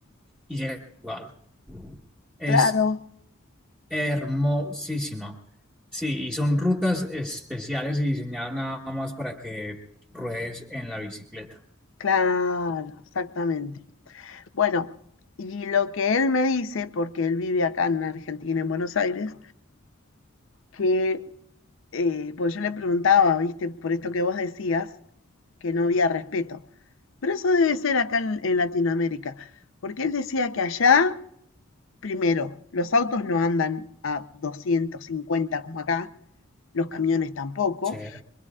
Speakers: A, in the centre; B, on the left (about 65°).
A: y llega a Portugal. Es
B: claro,
A: hermosísima. Sí, y son rutas especiales y diseñadas nada más para que ruedes en la bicicleta.
B: claro, exactamente. Bueno, y lo que él me dice, porque él vive acá en Argentina, en Buenos Aires, que, eh, pues yo le preguntaba, viste, por esto que vos decías, que no había respeto. Pero eso debe ser acá en, en Latinoamérica, porque él decía que allá, primero, los autos no andan a 250 como acá, los camiones tampoco,
A: Sí,